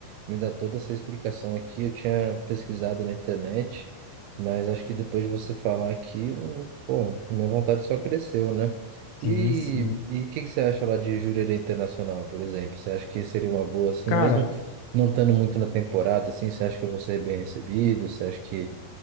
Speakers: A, on the right; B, on the left.
A: me dar toda essa explicação aqui, eu tinha pesquisado na internet, mas acho que depois de você falar aqui, eu- pô, minha vontade só cresceu, né?
B: Sim,
A: E
B: sim.
A: e o que, que você acha lá de Jurerê Internacional, por exemplo? Você acha que seria uma boa, assim,
B: Cara,
A: mesmo não estando muito na temporada, assim, você acha que eu vou ser bem recebido? Você acha que,